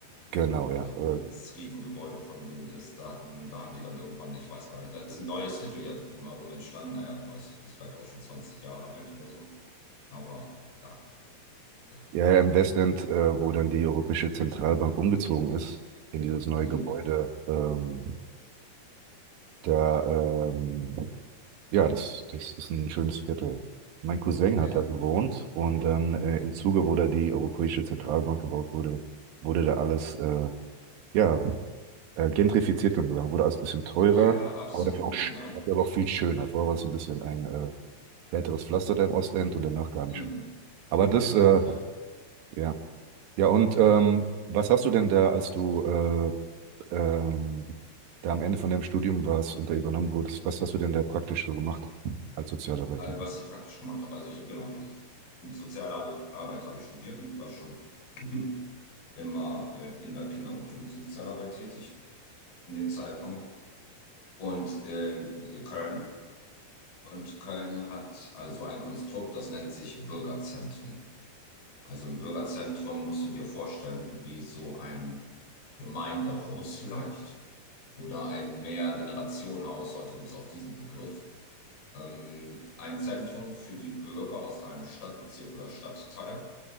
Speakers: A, on the right; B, on the left.
A: Genau, ja.
B: Da,
A: Äh,
B: wo dieses Riesengebäude von denen ist, da hatten, da haben die dann irgendwann, ich weiß gar nicht, da ist ein neues Viertel ja so drumherum entstanden. Naja, ein neues Viertel ist vielleicht auch schon 20 Jahre alt oder so. Aber da, ja,
A: ja, ja, im
B: die,
A: Westend, äh, wo dann die Europäische Zentralbank umgezogen ist, in dieses neue
B: mm,
A: Gebäude, ähm, da ähm, Ja, das, das ist ein schönes Viertel. Mein Cousin
B: ja,
A: hat da gewohnt und dann äh,
B: ja,
A: im Zuge, wo da die Europäische Zentralbank gebaut wurde, wurde da alles äh, ja, äh, gentrifiziert, kann man sagen. Wurde alles ein bisschen teurer,
B: ja, absolut,
A: aber dafür auch, sch-
B: ne?
A: dafür aber auch viel schöner. Vorher war es ein bisschen ein äh, härteres Pflaster da im Ostend und danach gar nicht
B: Mm,
A: mehr. Aber das,
B: ja,
A: äh,
B: ja,
A: ja. Ja, und
B: ja.
A: ähm,
B: ja.
A: was hast du denn da, als du äh, ähm, da am Ende von deinem Studium warst und da übernommen wurdest, was hast du denn da praktisch so gemacht als Sozialarbeiter?
B: All, was ich praktisch gemacht habe, also ich habe genau, ich- Sozialarbeit Arbeit habe ich studiert und ich war schon <clears throat> immer äh, in der Kinder- und Jugendsozialarbeit tätig, in dem Zeitpunkt. Und ähm, Köln. Und Köln hat also ein Konstrukt, das nennt sich Bürgerzentren. Also im Bürgerzentrum musst du dir vorstellen, wie so ein Gemeindehaus vielleicht oder ein Mehrgenerationenhaus, heute gibt es auch diesen Begriff, ähm, ein Zentrum für die Bürger aus einem Stadtbezirk oder Stadtteil,